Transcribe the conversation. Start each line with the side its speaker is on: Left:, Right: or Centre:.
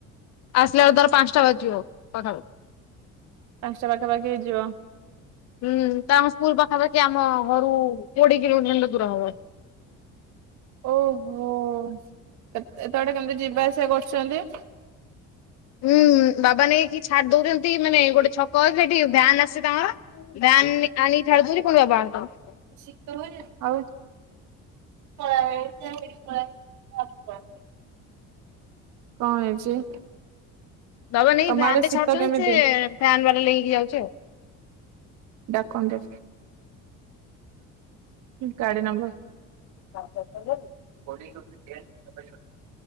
Left: ଆସିଲା ବେଳକୁ ତାର ପାଞ୍ଚଟା ବାଜିଯିବ, ପାଖାପାଖି।
Right: ପାଞ୍ଚଟା ପାଖାପାଖି ହେଇଯିବ।
Left: ହୁଁ, ତାଙ୍କ ସ୍କୁଲ ପାଖାପାଖି ଆମ ଘରୁ କୋଡିଏ କିଲୋମିଟର ଖଣ୍ଡେ ଦୂର ହବ।
Right: ଓହୋ, ଏତେ ବାଟ କେମତି ଯିବା ଆସିବା କରୁଚନ୍ତି?
Left: ହୁଁ, ବାବା ନେଇକି ଛାଡି ଦଉଚନ୍ତି, ମାନେ ଗୋଟେ ଛକ ଅଛି। ସେଠି ଭ୍ୟାନ ଆସେ ତାଙ୍କର। ଭ୍ୟାନ୍, ଆଣିକି ଛାଡ଼ିଦଉଚି, ପୁଣି ବାବା ଆଣୁଚନ୍ତି।
Right: ଶୀତ ହୁଏନି? ଆଉ। <unintelligible> କଣ ହେଇଚି?
Left: ବାବା ନେଇକି
Right: ତମ
Left: ଭ୍ୟାନ
Right: ଆଡେ
Left: ରେ
Right: ଶୀତ
Left: ଛାଡୁଛନ୍ତି
Right: କେମିତି?
Left: ସେ ଭ୍ୟାନ ବାଲା ନେଇକି ଯାଉଛି
Right: ଡାକନ୍ତୁ। ଗାଡ଼ି ନମ୍ବର
Left: ପଇସା ଦେଲୁ?
Right: <unintelligible>